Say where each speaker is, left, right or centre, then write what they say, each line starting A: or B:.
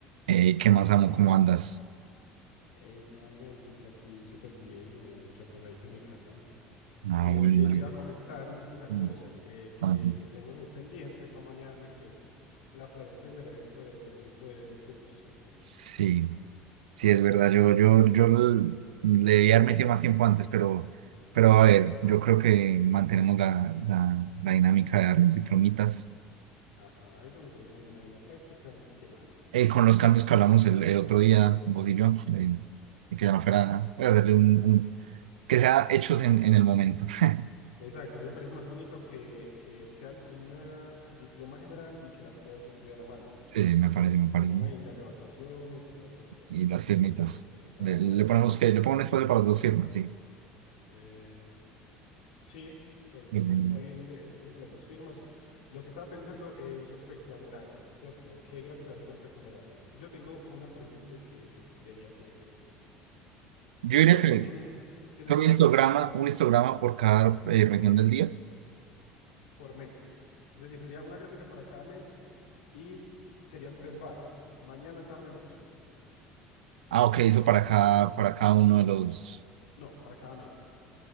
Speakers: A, on the right; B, on the left.
A: Eh, ¿qué más amo? ¿Cómo andas?
B: Hey, ¿qué más, Melkin? Por aquí, súper bien, eh, reposadito en mi casa.
A: Ah,
B: Eh,
A: bueno.
B: te, te iba a comentar un- una cosa
A: Mm.
B: que, que,
A: Ah,
B: que tenemos muy pendiente para mañana, que es la planeación del evento de- del grupo de, de pups, hombre.
A: Sí, sí,
B: Sí,
A: es verdad. Yo, yo, yo l- le debía haber metido más tiempo antes, pero, pero a ver, yo creo que mantenemos la, la, la dinámica de dar los diplomitas.
B: ajá, eso me parece una, una buena práctica. ¿Qué más?
A: Eh, con los cambios que hablamos el, el otro día, vos y yo, de, de que ya no fuera, nada, pues, hacerle un, un- que sea hechos en, en el momento. <laughs>
B: Exacto, a mí me parece más bonito que, que sea un diploma general y que las cosas se escriban a mano,
A: Sí, sí, me parece, me parece.
B: como hey, las evacuaciones y todas esas cosas,
A: Y las
B: o to-
A: firmitas.
B: evacuaciones totales,
A: Le, le ponemos
B: todo.
A: que, le pongo un espacio para las dos firmas, sí.
B: Eh, Sí, pero
A: Bien,
B: por mí
A: bien,
B: está
A: bien.
B: bien ese, ese espacio para las dos firmas. Lo que estaba pensando es respecto al horario, ¿cierto? ¿Qué gráfica hacer respecto al horario? Yo tengo una presente que, que creería que,
A: Yo diría
B: pues sí,
A: que
B: porque en el, que en
A: Creo
B: el evento
A: un histograma,
B: es
A: un histograma por cada eh, región del día.
B: por mes. Es decir, sería una gráfica para cada mes y serían tres barras, mañana, tarde, noche.
A: Ah, ok, eso para cada, para cada uno de los,
B: No, para cada mes,